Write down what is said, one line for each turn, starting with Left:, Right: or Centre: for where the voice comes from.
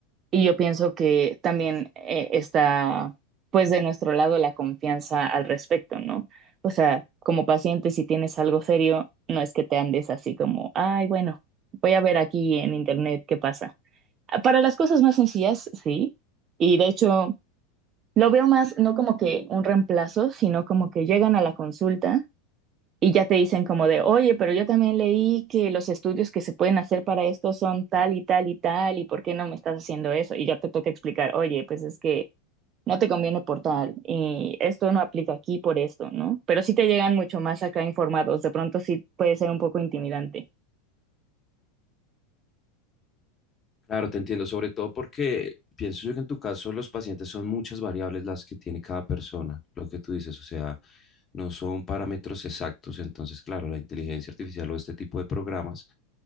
Right: Y yo pienso que también eh, está, pues, de nuestro lado la confianza al respecto, ¿no? O sea, como paciente, si tienes algo serio, no es que te andes así como, ay, bueno, voy a ver aquí en internet qué pasa para las cosas más sencillas, sí. Y de hecho, lo veo más no como que un reemplazo, sino como que llegan a la consulta y ya te dicen como de, oye, pero yo también leí que los estudios que se pueden hacer para esto son tal y tal y tal, ¿y por qué no me estás haciendo eso? Y ya te toca explicar, oye, pues es que no te conviene por tal y esto no aplica aquí por esto, ¿no? Pero sí te llegan mucho más acá informados, de pronto sí puede ser un poco intimidante.
Left: Claro, te entiendo, sobre todo porque pienso yo que en tu caso los pacientes son muchas variables las que tiene cada persona, lo que tú dices, o sea, no son parámetros exactos, entonces, claro, la inteligencia artificial o este tipo de programas,